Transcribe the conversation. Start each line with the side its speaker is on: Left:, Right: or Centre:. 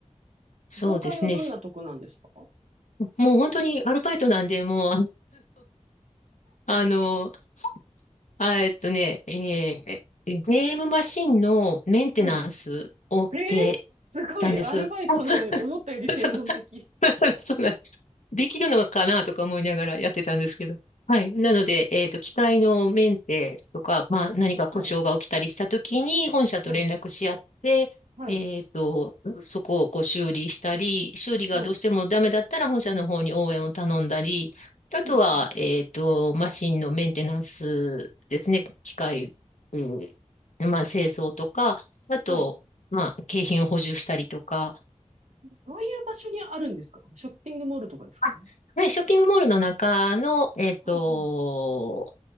Left: そうですね。
Right: 業界はどんなとこなんですか
Left: し
Right: <laughs>
Left: もう本当にアルバイトなんで、もう、ああの、あ、えっとね、えーゲームマシンのメンテナンスをして
Right: はい。ええ、すごい、
Left: きたんです。
Right: アルバイトなのに、
Left: <laughs>
Right: 思ったより専門的。
Left: そう、<laughs> そうなんです。できるのかなとか思いながらやってたんですけど。はい。なので、えっと、機械のメンテとか、まあ、何か故障が起きたりしたときに、
Right: はい。
Left: 本社と連絡し合って、
Right: はい。はい。
Left: えっと、そこをこう修理したり、修理がどうしてもダメだったら、
Right: はい。
Left: 本社の方に応援を頼んだり、あとは、
Right: はい。
Left: えっと、マシンのメンテナンスですね。機械、うん、まあ、清掃とか、あと、
Right: はい。
Left: まあ、景品を補充したりとか。
Right: どういう場所にあるんですかショッピングモールとかですかは
Left: あはい、ショッピングモールの中の、えっと、
Right: あは